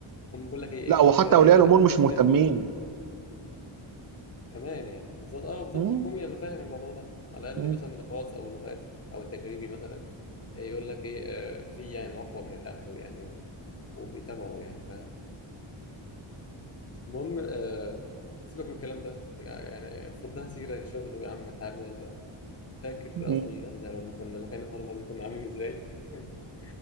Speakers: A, on the left; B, on the right.
A: هم بيقول لك إيه
B: لا
A: اقفل
B: وحتى
A: السيرة دي
B: اولياء
A: أنا
B: الامور مش
A: اقفل
B: مهتمين
A: كمان يعني بالظبط اه بالظبط
B: م-
A: الحكومي انا فاهم الموضوع ده على الاقل
B: م-
A: مثلا الخاص او اللغات او التجريبي مثلا آه، يقول لك ايه آه، في يعني مراقبه من الاهل يعني و- وبيتابعوا يعني فاهم المهم آه، سيبك من الكلام ده يعني يعني فضها سيره شغل ويا عم ما تعبناش بقى فاكر
B: م-
A: اصلا احنا لما كنا مكان الطلبه دي كنا عاملين ازاي <laughs>